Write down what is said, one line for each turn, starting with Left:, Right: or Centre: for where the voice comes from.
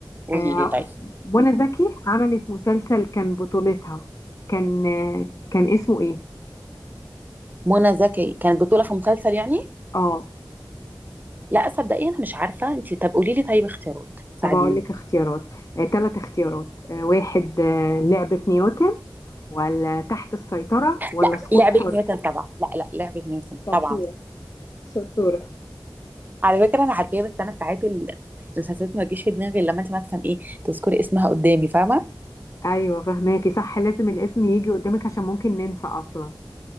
Right: قولي
Left: آه
Right: لي طيب
Left: منى زكي عملت مسلسل كان بطولتها كان آه كان اسمه ايه
Right: منى زكي كانت بطوله في مسلسل يعني
Left: اه
Right: لا صدقيني انا مش عارفه انت طب قولي لي طيب اختيارات ساعديني
Left: طب اقول لك اختيارات آه ثلاث اختيارات آه واحد آه لعبة نيوتن ولا تحت السيطرة
Right: لا
Left: ولا سقوط
Right: لعبه
Left: حر
Right: نيوتن طبعا لا لا لعبه نيوتن
Left: شطورة
Right: طبعا
Left: شطورة
Right: على فكرة أنا عارفاه بس أنا ساعات ال- المسلسلات ما تجيش في دماغي إلا لما أنت مثلا إيه تذكري اسمها قدامي فاهمة؟
Left: ايوه فهماكي صح لازم الاسم يجي قدامك عشان ممكن ننسى اصلا